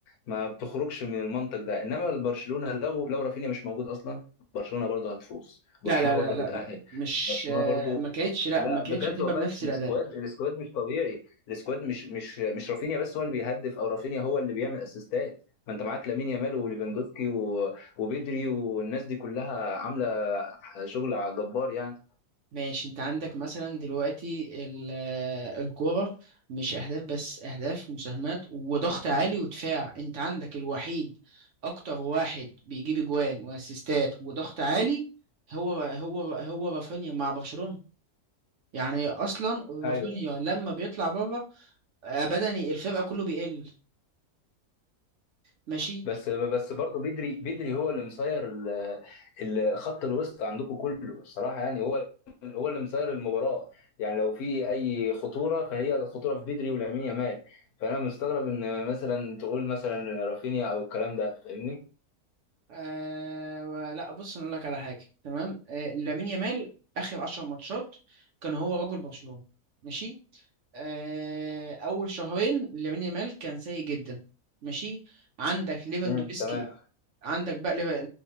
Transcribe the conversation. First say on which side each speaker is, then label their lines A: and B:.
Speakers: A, on the left (about 75°); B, on the right (about 60°).
A: ما بتخرجش من المنطق ده انما برشلونه لو لو رافينيا مش موجود اصلا برشلونه برضه هتفوز برشلونه
B: لا لا لا
A: برضو هتتاهل
B: لا لا. مش
A: برشلونه
B: آه،
A: برضو
B: ما كانتش لا
A: لا
B: ما كانتش
A: بجد
B: هتبقى
A: والله
B: بنفس
A: السكواد
B: الاداء
A: السكواد مش طبيعي السكواد مش مش مش رافينيا بس هو اللي بيهدف او رافينيا هو اللي بيعمل اسيستات ما انت معاك لامين يامال وليفاندوفسكي و- وبدري والناس دي كلها عامله شغل جبار يعني
B: ماشي انت عندك مثلا دلوقتي ال- آه، الكوره مش اهداف بس اهداف ومساهمات وضغط عالي ودفاع انت عندك الوحيد اكتر واحد بيجيب اجوان واسيستات وضغط عالي هو هو هو رافينيا مع برشلونة يعني اصلا رافينيا
A: ايوه
B: لما بيطلع بره آه، بدني الفرقه كله بيقل ماشي
A: بس بس برضه بدري بدري هو اللي مصير ال- ال- خط الوسط عندكم كله الصراحه يعني هو هو اللي مصير المباراه يعني لو في اي خطوره فهي الخطوره في بدري ولامين يامال فانا مستغرب ان مثلا تقول مثلا رافينيا او الكلام ده فاهمني
B: آه لا بص انا اقول لك على حاجه تمام آه لامين يامال اخر 10 ماتشات كان هو رجل برشلونه ماشي آه اول شهرين لامين يامال كان سيء جدا ماشي عندك ليفاندوفسكي
A: مم. تمام
B: عندك بقى ليف-